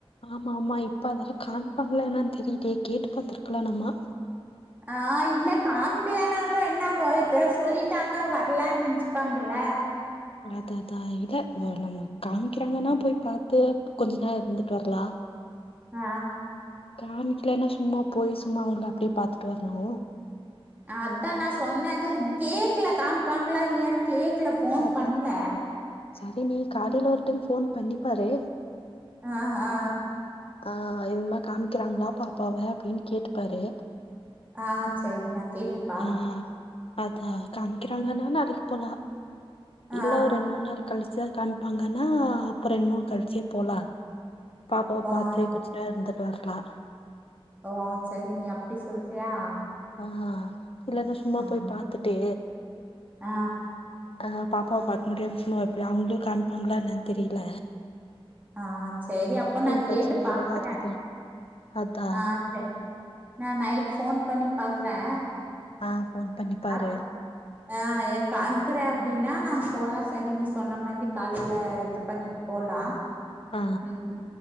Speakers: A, on the left (about 70°); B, on the right (about 15°).
A: ஆமாமா இப்ப அதல்லா காம்ப்பாங்ளா என்னன் தெரிலியே கேட்டு பாத்துருக்லா நம்ம
B: ஆ இல்ல காம்க்கிலனாலு என்ன ஆகு நேத்தே சொல்லிட்டாங்க வர்லன் நென்ச்சுப்பாங்கல
A: அததா இல்ல ஒரு நம்ம காமிக்கிறாங்னா போய் பாத்து கொஞ்ச நேரோ இருந்துட்டு வர்லா
B: ஆ
A: காமிக்லனா சும்மா போயி சும்மா அவுங்கள அப்டியே பாத்துட்டு வர்ணு
B: அதா நா சொன்னது கேக்ல காமிப்பாங்ளா இல்லயான் கேக்ல ஃபோன்
A: அததா
B: பண்ல
A: செரி நீ காலைல ஒரு டைம் ஃபோன் பண்ணிப்பாரு
B: ஆ ஹா
A: ஆ இதுமா காம்க்கிறாங்ளா பாப்பாவ அப்டின் கேட்டுப்பாரு
B: ஆ செரி நா கேட்டுப்
A: ஆ அதா காம்க்கிறாங்கனா நாளக்கி போலா
B: ஆ
A: இல்ல ஒரு ரெண் மூன் நாள் கழ்ச்சி தா காமிப்பாங்கனா அப்போ ரெண் மூன் கழ்ச்சே போலா பாப்பாவ
B: ஓ
A: பாத்து
B: சரி
A: கொஞ்சோ நேரோ இந்துட்டு வர்லா
B: ஓ செரி நீ அப்டி சொல்றியா
A: ஆ இல்லன்னா சும்மா
B: ஆ
A: போய் பாத்துட்டு
B: ஆ
A: ஆ பாப்பாவ பாக் முடியு சும்மா எப்டி அவுங்ளுயு காமிப்பாங்ளா என்னன் தெரில
B: ஆ சேரி அப்ப நா
A: இன்ஃபெக்ஷன்
B: கேட்டு
A: ஆயிரு
B: பாக்குறே
A: அது இது அதா
B: ஆ சேர் நா நைட் ஃபோன் பண்ணி பாக்குறே
A: ஆ ஃபோன் பண்ணிப்பாரு
B: பாத்து ஆ எ காம்க்கிறே அப்டின்னா நம் போலா செரி நீ சொன்ன மாரி காலைல இது பண்ணிட்டு போலா
A: ஆ
B: ம்